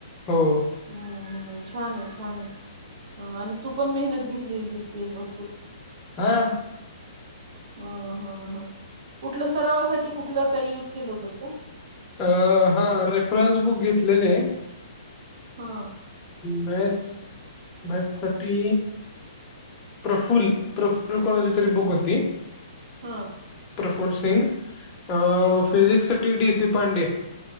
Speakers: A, on the left; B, on the right.
A: हो
B: हम्म हम्म छान आहे छान आहे आणि तु पण मेहनत घेतलेली दिसतेस भरपुर
A: हां
B: हा हां हां कुठल सरावासाठी कुठल काही युज केल होतस का
A: अं हा रेफरन्स बुक घेतलेले
B: हां
A: मॅथ्स मॅथ्स साठी प्रफुल प्रफुल कोणाची तरी बुक होती
B: हं
A: प्रफुर सिंग अं फिजिक्स साठी डी सी पांडे